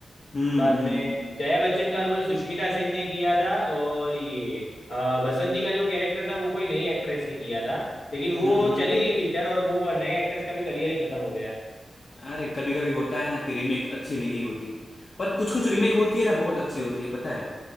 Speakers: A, on the left; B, on the left.
A: हम्म
B: बाद
A: हम्म
B: में जया बच्चन का रोल सुष्मिता सेन ने किया था और ये अ, बसंती का जो कैरेक्टर था वो कोई नई एक्ट्रेस ने किया था लेकिन वो
A: हम्म हम्म हम्म।
B: चली नहीं पिक्चर और वो नए एक्ट्रेस का भी करियर ही खत्म हो गया
A: अरे कभी कभी होता है ना कि रीमेक अच्छी नहीं होती पर कुछ कुछ रीमेक होती है ना बहुत अच्छी होती है पता है